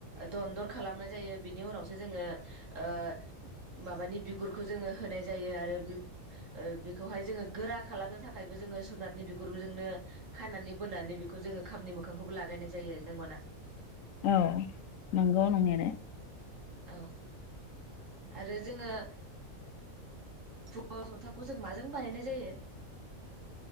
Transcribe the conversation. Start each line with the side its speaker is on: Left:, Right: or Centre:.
Right: दनदर खालामनाय जायो बिनि उनावसो जोङो ओ माबानि बिगुरखौ जोङो होनाय जायो आरो बे ओ बेखौहाय गोरा खालामनो थाखायबो जोङो जुनारनि बिगुरबो जोङो। नो खानानै बोनानै बेखौ जोङो खामनि मोखांखौबो लागायनाय जायो नोंगौना?
Left: औ नोंगौ नंनायालाय।
Right: औ आरो जोङो <unintelligible> जथाखौ जों माजों बानायनाय जायो?